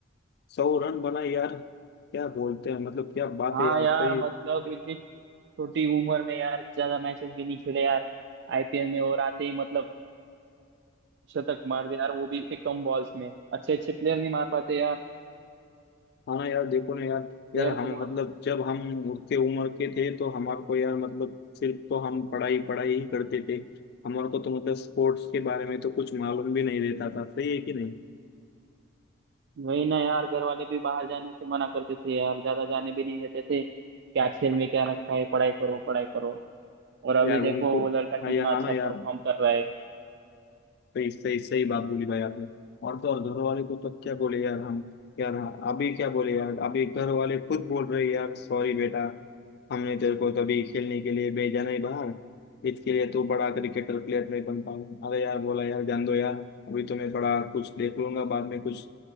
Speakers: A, on the left; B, on the right.
A: सौ रन बनाए यार क्या बोलते हैं मतलब क्या बात
B: हाँ
A: है यार
B: यार
A: सही
B: मतलब इतनी छोटी उम्र में यार ज्यादा मैचेस भी नहीं खेले यार आईपीएल में और आते ही मतलब शतक मार दे यार वो भी इतने कम बॉल्स में अच्छे अच्छे प्लेयर नहीं मार पाते यार
A: हाँ यार देखो ना यार
B: प्लेयर
A: यार
B: तो
A: हम
B: बहुत
A: मतलब जब हम उतने उम्र के थे तो हमारे को यार मतलब सिर्फ तो हम पढ़ाई पढ़ाई ही करते थे हमारे को तो मतलब स्पोर्ट्स के बारे में तो कुछ मालूम भी नहीं रहता था सही है कि नहीं
B: वही ना यार घर वाले भी बाहर जाने से मना करते थे यार ज्यादा जाने भी नहीं देते थे क्या खेल में क्या रखा है पढ़ाई करो पढ़ाई करो और अभी
A: यार
B: देखो
A: उनको
B: वो लड़का कितना
A: हाँ यार हाँ
B: अच्छा
A: ना यार
B: परफॉर्म कर रहा है
A: सही सही सही बात बोली भाई आपने और तो और घर वाले को तो क्या बोले यार हम यार अभी क्या बोले यार अभी घर वाले खुद बोल रहे यार सॉरी बेटा हमने तेरे को तभी खेलने के लिए भेजा नहीं बाहर इसके लिए तू बड़ा क्रिकेटर प्लेयर नहीं बन पाया अरे यार बोला यार जान दो यार अभी तो मैं थोड़ा कुछ देख लूंगा बाद में कुछ